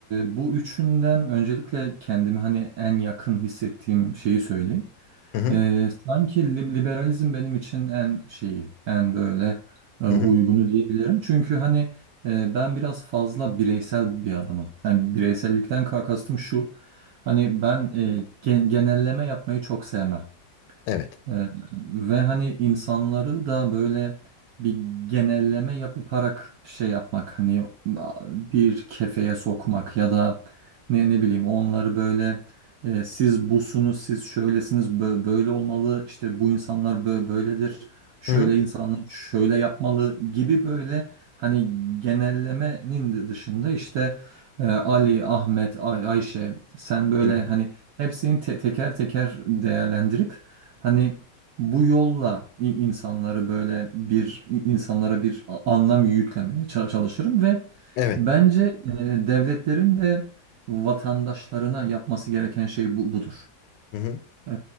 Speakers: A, on the right (about 70°); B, on the left (about 80°).
A: e, bu üçünden öncelikle kendimi hani en yakın hissettiğim şeyi söyleyeyim.
B: hı hı,
A: Ee, sanki lib- liberalizm benim için en şeyi, en böyle e,
B: hı
A: uygunu
B: hı,
A: diyebilirim. Çünkü hani e, ben biraz fazla bireysel bir adamım. Yani bireysellikten ka- kastım şu, hani ben e, gen- genelleme yapmayı çok sevmem.
B: evet.
A: Ee, ve hani insanları da böyle bir genelleme yaparak şey yapmak hani bir kefeye sokmak ya da ne ne bileyim onları böyle e, siz busunuz siz şöylesiniz bö- böyle olmalı işte bu insanlar bö- böyledir şöyle
B: Hı hı,
A: insanlar şöyle yapmalı gibi böyle hani genellemenin dışında işte e, Ali, Ahmet, Ay- Ayşe sen böyle
B: hı hı,
A: hani hepsini te- teker teker değerlendirip Hani bu yolla i- insanları böyle bir i- insanlara bir a- anlam yüklemeye ça- çalışırım ve
B: evet.
A: bence e, devletlerin de vatandaşlarına yapması gereken şey bu, budur.
B: Hı hı,
A: E,